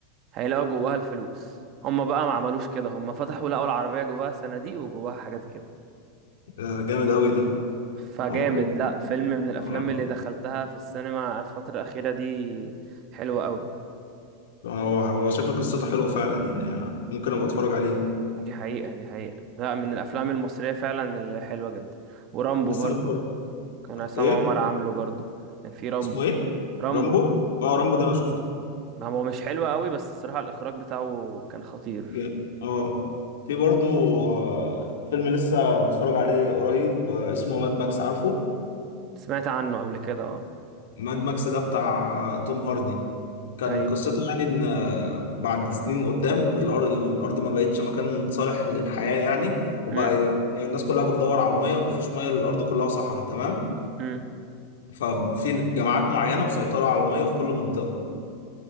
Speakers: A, on the right; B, on the left.
A: هيلاقوا جواها الفلوس هم بقى ما عملوش كده هم فتحوا لقوا العربية جواها صناديق وجواها حاجات كده
B: آه جامد قوي ده
A: فجامد
B: هو ممكن
A: لا فيلم من الافلام
B: اه
A: اللي دخلتها في السينما في الفترة الأخيرة دي حلوة قوي
B: هو هو شكل قصته حلوه فعلا يعني آه، ممكن ابقى اتفرج عليه
A: دي حقيقة دي حقيقة لا من الافلام المصرية فعلا اللي حلوة جدا ورامبو
B: لسه
A: برضو
B: متفرج
A: كان
B: آه،
A: عصام
B: ايه
A: عمر عامله برضو كان في رامبو
B: اسمه ايه
A: رامبو
B: رامبو اه رامبو ده انا شفته
A: ما هو مش حلو قوي بس الصراحة الإخراج بتاعه كان خطير
B: جامد. اه في برضو آه، فيلم لسه متفرج عليه قريب آه، اسمه ماد ماكس عارفه
A: سمعت عنه قبل كده اه
B: ماد ماكس ده بتاع آه، توم هاردي كان
A: أيوه
B: قصته يعني ان آه، بعد سنين قدام الارض الارض ما بقتش مكان صالح للحياة يعني وبقى
A: امم
B: الناس كلها بتدور على المية مفيش مية الارض كلها صحراء تمام
A: امم
B: ففي جماعات معينة مسيطرة على المية في كل منطقة